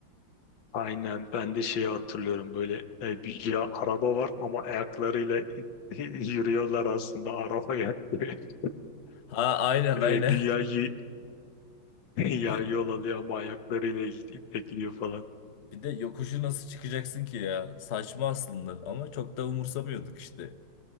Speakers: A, on the left; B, on the left.
A: Aynen ben de şeyi hatırlıyorum böyle e, bir ya araba var ama ayaklarıyla <laughs> yürüyorlar aslında araba ayak gibi. <laughs>
B: Ha aynen
A: E,
B: aynen.
A: Güya yi- <laughs>
B: <laughs> Bir
A: ya
B: de
A: yol alıyor ama ayaklarıyla it- itekliyor falan.
B: bir de yokuşu nasıl çıkacaksın ki ya? Saçma aslında ama çok da umursamıyorduk işte.